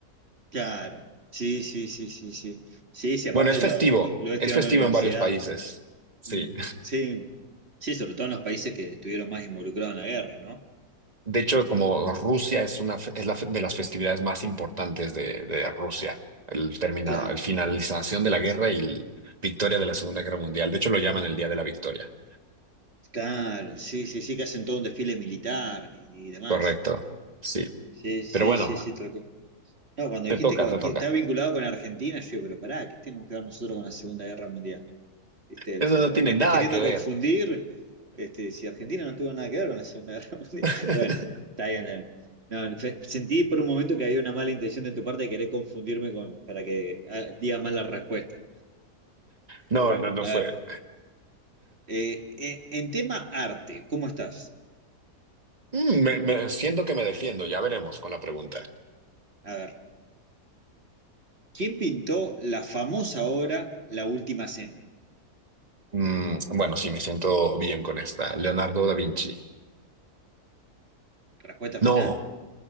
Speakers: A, on the right; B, on the right.
A: Claro. Sí, sí, sí, sí, sí. Sí, sí, aparte
B: Bueno, es festivo,
A: lo, lo, lo he estudiado
B: es festivo
A: en la universidad.
B: en varios países. Sí.
A: Mm, sí, sí, sobre todo en los países que estuvieron más involucrados en la guerra, ¿no?
B: De hecho, como Rusia es una fe- es la fe- de las festividades más importantes de, de Rusia, el termina,
A: Claro,
B: el finalización de la guerra y la victoria de la Segunda Guerra Mundial. De hecho, lo llaman el Día de la Victoria.
A: claro, sí, sí, sí, que hacen todo un desfile militar y, y demás.
B: Correcto. Sí.
A: Sí, sí,
B: Pero bueno,
A: sí, sí, tal cual. No, cuando dijiste
B: te toca,
A: que
B: te toca.
A: estaba vinculado con Argentina, yo digo, pero pará, ¿qué tenemos que ver nosotros con la Segunda Guerra Mundial? ¿Viste?
B: Eso
A: O,
B: no tiene
A: o me estás
B: nada
A: queriendo
B: que ver.
A: confundir, este, si Argentina no tuvo nada que ver con la Segunda Guerra <laughs> Mundial.
B: <laughs>
A: Bueno, está bien, Leandro. No, fe- sentí por un momento que había una mala intención de tu parte de querer confundirme con, para que ah, diga mal la respuesta.
B: No,
A: Bueno,
B: no, no
A: a
B: fue.
A: ver. eh, eh, en tema arte, ¿cómo estás?
B: Mm, me, me- siento que me defiendo, ya veremos con la pregunta.
A: A ver, ¿quién pintó la famosa obra La Última Cena?
B: Mm, bueno, sí, me siento bien con esta. Leonardo da Vinci.
A: Respuesta
B: No,
A: final,